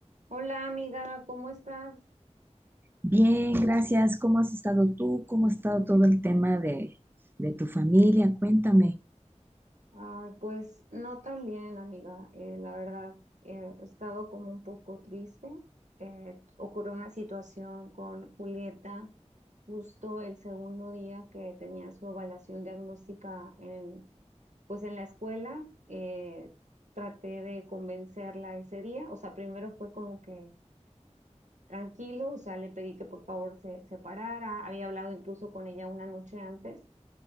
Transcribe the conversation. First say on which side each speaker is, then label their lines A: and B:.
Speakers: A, on the right; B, on the right.
A: Hola amiga, ¿cómo estás?
B: Bien, gracias. ¿Cómo has estado tú? ¿Cómo ha estado todo el tema de, de tu familia? Cuéntame.
A: Ay, pues no tan bien amiga, eh, la verdad, eh, he estado como un poco triste. Eh, ocurrió una situación con Julieta justo el segundo día que tenía su evaluación diagnóstica en, pues en la escuela. Eh, traté de convencerla ese día, o sea, primero fue como que tranquilo, o sea, le pedí que por favor se separara, había hablado incluso con ella una noche antes.